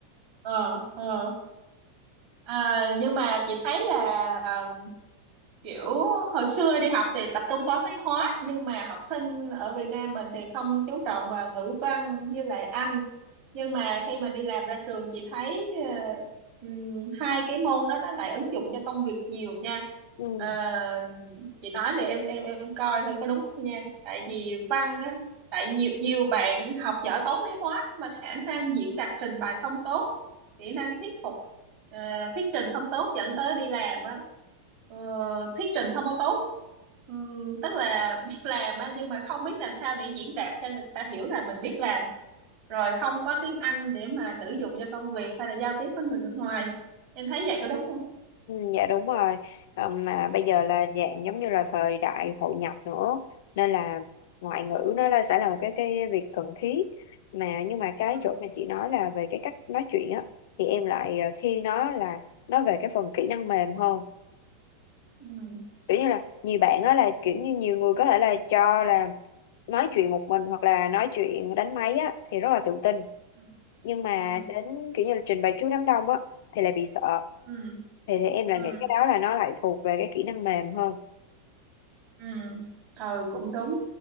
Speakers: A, on the right; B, on the left.
A: ờ ờ À, nhưng mà chị thấy là um, kiểu hồi xưa đi học thì tập trung toán lý hóa nhưng mà học sinh ở Việt Nam mình thì không chú trọng vào ngữ văn với lại Anh nhưng mà khi mà đi làm ra trường chị thấy ờ, ừm, hai cái môn đó nó lại ứng dụng cho công việc nhiều nha
B: ừ
A: Ờ, chị nói để em em em coi thử có đúng không nha tại vì văn á tại nhiều nhiều bạn học giỏi toán lý hóa nhưng mà khả năng diễn đạt trình bày không tốt kỹ năng thuyết phục ờ, thuyết trình không tốt dẫn tới đi làm á Ờ, thuyết trình không có tốt Ừm, tức là biết làm á nhưng mà không biết làm sao để diễn đạt cho người ta hiểu là mình biết làm rồi không có tiếng Anh để mà sử dụng cho công việc hay là giao tiếp với người nước ngoài em thấy vậy có đúng không
B: Ừ, Dạ đúng rồi Ờ, mà bây giờ là dạng giống như là thời đại hội nhập nữa nên là ngoại ngữ nó là sẽ là một cái cái việc cần thiết mà nhưng mà cái
A: ừ
B: chỗ mà chị nói là về cái cách nói chuyện á thì em lại ờ, thiên nó là nó về cái phần kỹ năng mềm hơn
A: ừ
B: kiểu như là nhiều bạn á là kiểu như nhiều người có thể là cho là nói chuyện một mình hoặc là nói chuyện đánh máy á thì rất là tự tin
A: ừ
B: nhưng mà
A: ừ
B: đến kiểu như là trình bày trước đám đông á thì lại bị sợ
A: ừ
B: thì thì em lại
A: ừ
B: nghĩ cái đó là nó lại thuộc về cái kỹ năng mềm hơn
A: ừ ừ Ừ, cũng đúng